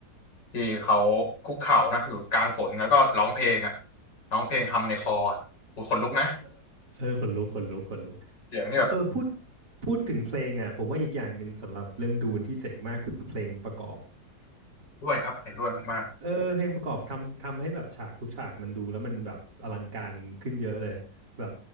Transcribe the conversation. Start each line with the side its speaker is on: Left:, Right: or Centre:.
Left: ที่เขาคุกเข่านะอยู่กลางฝนแล้วก็ร้องเพลงอ่ะร้องเพลงทำในคออ่ะโอ้ยขนลุกนะ
Right: เออเออขนลุกขนลุกขนลุก
Left: เสียงนี่แบบ
Right: พูดเออ พูด พูดถึงเพลงอ่ะ ผมว่าอีกอย่างหนึ่งสำหรับเรื่องดูนที่เจ๋งมากคือเพลงประกอบ
Left: ด้วยครับเห็นด้วยมาก
Right: เออ เพลงประกอบทำทำให้แบบฉากทุกฉากมันดูแล้วมันแบบอลังการขึ้นเยอะเลย แบบ